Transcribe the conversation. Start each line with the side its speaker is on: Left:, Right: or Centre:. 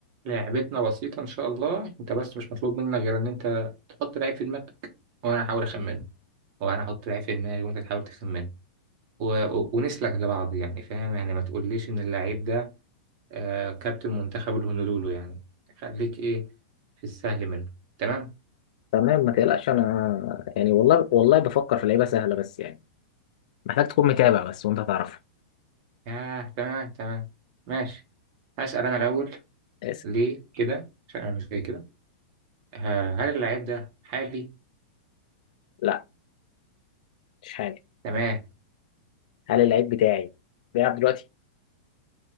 Right: لعبتنا بسيطة إن شاء الله أنت بس مش مطلوب منك غير إن أنت تحط لعيب في دماغك وأنا أحاول أخمنه وأنا أحط لعيب في دماغي وأنت تحاول تخمنه و... و... ونسلك لبعض يعني فاهم يعني ما تقوليش إن اللعيب ده آه كابتن منتخب الهونولولو يعني خليك إيه في السهل منه تمام؟
Left: تمام ما تقلقش انا يعني والله والله بفكر في لعيبه سهله بس يعني محتاج تكون متابع بس وانت هتعرفها
Right: آه تمام تمام ماشي هسأل أنا الأول
Left: اسف
Right: ليه كده عشان أنا مش زي كده آه هل اللعيب ده حالي؟
Left: لا مش حاجه
Right: تمام
Left: هل اللعيب بتاعي بيلعب دلوقتي